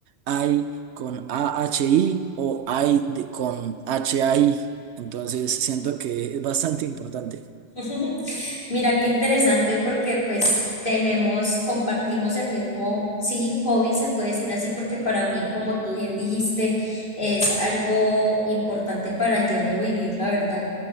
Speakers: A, on the right (about 70°); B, on the left (about 45°).
A: I con a h i o I de- con h A i Entonces, siento que es bastante importante.
B: <laughs> Mira qué interesante porque pues tenemos, compartimos el mismo, sí, hobby, se puede decir así, porque para mí, como tú bien dijiste, es algo importante para el diario vivir, la verdad.